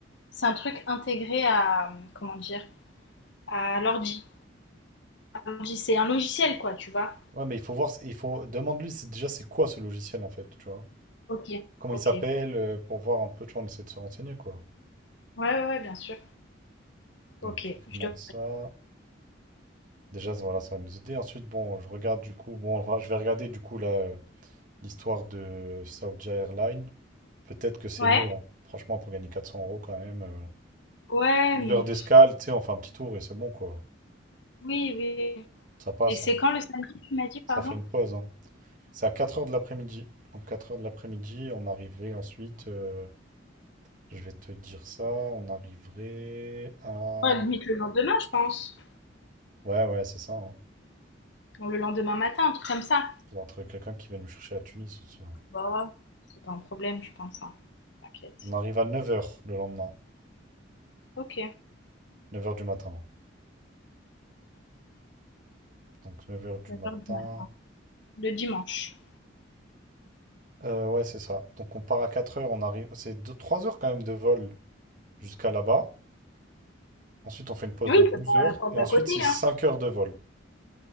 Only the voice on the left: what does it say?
c'est un truc intégré à, comment dire, à l'ordi. À l'ordi, C'est un logiciel, quoi, tu vois.
Ok,
ok.
Ouais,
ouais, ouais, bien sûr. Ok,
je
te...
Ouais,
ouais,
mais
oui, oui.
Et c'est
quand le samedi, tu m'as dit, pardon?
Ouais, limite le lendemain, je pense.
Ou le lendemain matin, un truc comme ça.
Bah, c'est pas un problème, je pense, hein. T'inquiète.
Ok,
9
heures du mat. Le dimanche.
Oui,
c'est pas
à la porte
d'à
côté,
hein.